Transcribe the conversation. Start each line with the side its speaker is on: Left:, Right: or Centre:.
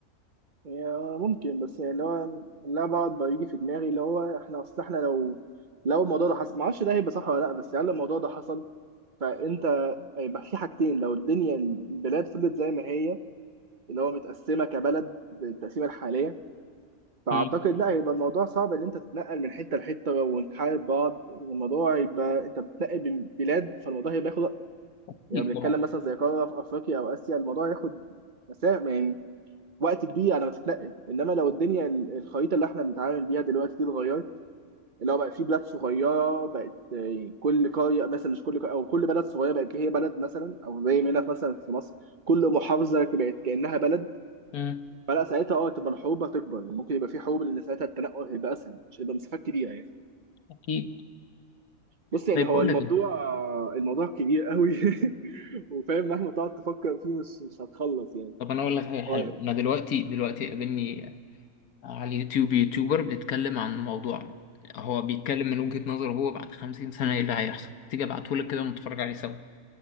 Right: هي ممكن بس يعني اللي هو اللي أنا بقعد بيجي في دماغي اللي هو احنا اصل احنا لو لو الموضوع ده حصل ما اعرفش ده هيبقى صح ولا لا بس هل الموضوع ده حصل فانت هيبقى في حاجتين لو الدنيا البلاد فضلت زي ما هي اللي هو متقسمه كبلد بالتقسيمه الحاليه فاعتقد
Left: مم.
Right: لا هيبقى الموضوع صعب ان انت تتنقل من حته لحته ونحارب بعض الموضوع هيبقى انت بتنقل بين بلاد فالموضوع هيبقى ياخد وقت
Left: أكيد
Right: يعني بنتكلم
Left: طبعا
Right: مثلا زي قاره في افريقيا او اسيا الموضوع هياخد مسافه يعني وقت كبير على ما تتنقل انما لو الدنيا ال- الخريطه اللي احنا بنتعامل بيها دلوقتي دي اتغيرت اللي هو بقى في بلاد صغيره بقت يعني كل قريه مثلا مش كل قرية او كل بلد صغيره بقت هي بلد مثلا او زي ما هنا مثلا في مصر كل محافظه بقت كانها بلد
Left: مم.
Right: فلا ساعتها اه تبقى الحروب هتكبر يعني ممكن يبقى في حروب لان ساعتها التنقل هيبقى اسهل مش هيبقى مسافات كبيره يعني
Left: اكيد
Right: بص يعني
Left: طيب
Right: هو
Left: بقول
Right: الموضوع
Left: لك ايه
Right: الموضوع كبير قوي <laughs> وفاهم مهما تقعد تفكر فيه مش مش هتخلص يعني
Left: طب انا اقول لك حاجه حلوه
Right: هو-
Left: انا دلوقتي دلوقتي قابلني على اليوتيوب يوتيوبر بيتكلم عن موضوع هو بيتكلم من وجهة نظره هو بعد 50 سنه ايه اللي هيحصل تيجي ابعته لك كده ونتفرج عليه سوا